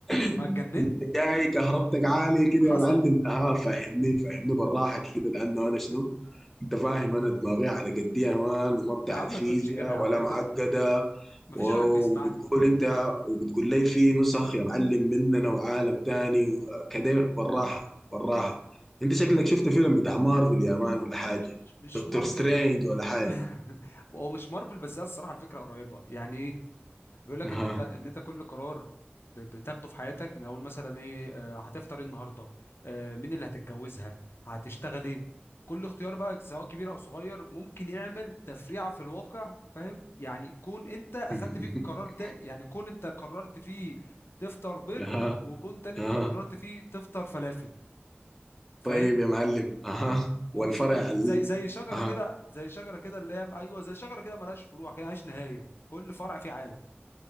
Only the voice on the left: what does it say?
ما اتجننت
حصل
يا عم
ما تقولش كده يا
عم انت
ما
فيش غيرك بيسمعني
يا عم
مش مش
مارفل
<laughs> هو مش مارفل بس هي الصراحه الفكره قريبه يعني ايه بيقول لك
ان انت ان انت كل قرار ب- بتاخده في حياتك من اول مثلا ايه آه، هتفطر ايه النهارده آه، مين اللي هتتجوزها هتشتغل ايه كل اختيار بقى سواء كبير او صغير ممكن يعمل تفريعه في الواقع فاهم يعني كون انت اخدت
فيك قرار تاني يعني كون انت قررت فيه تفطر بيض
وكون تاني
انت قررت فيه تفطر فلافل فاهم
وزي
ك-
زي زي شجره
كده زي شجره كده اللي هي ايوه زي شجره كده ملهاش فروع كده ملهاش نهايه كل فرع فيه عالم